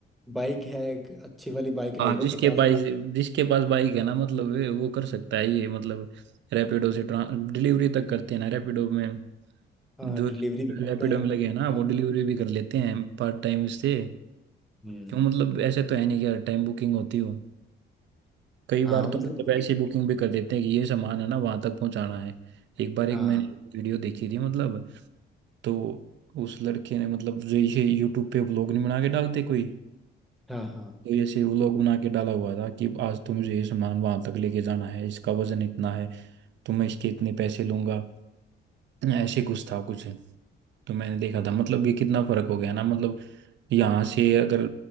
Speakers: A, in the centre; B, on the right.
A: बाइक है एक अच्छी वाली बाइक ले
B: हाँ
A: लो
B: जिसके
A: पचास
B: पास जिसके पास बाइक है ना मतलब वे- वो कर सकता है ये मतलब रैपिडो से ट्रां डिलीवरी तक करते हैं ना रैपिडो में
A: हाँ
B: जो
A: डिलीवरी भी करते
B: रैपिडो
A: हैं
B: में लगे हैं ना वो डिलीवरी भी कर लेते हैं पार्ट टाइम से
A: हम्म
B: क्यों मतलब ऐसे तो है नहीं कि हर टाइम बुकिंग होती हो कई बार
A: हाँ मतलब
B: तो मतलब ऐसी
A: ये-
B: बुकिंग भी कर देते हैं कि ये सामान है ना वहां तक पहुंचाना है एक बार एक
A: हाँ
B: मैंने वीडियो देखी थी मतलब तो उस लड़के ने मतलब जो ये यूट्यूब पे व्लॉग नहीं बना के डालते कोई
A: हाँ हाँ
B: तो ऐसे व्लॉग बना के डाला हुआ था कि आज तुम ये सामान वहां तक लेके जाना है इसका वजन इतना है तो मैं इसके इतने पैसे लूंगा ऐसे कुछ था कुछ तो मैंने देखा था मतलब ये कितना फर्क हो गया ना मतलब यहाँ से अगर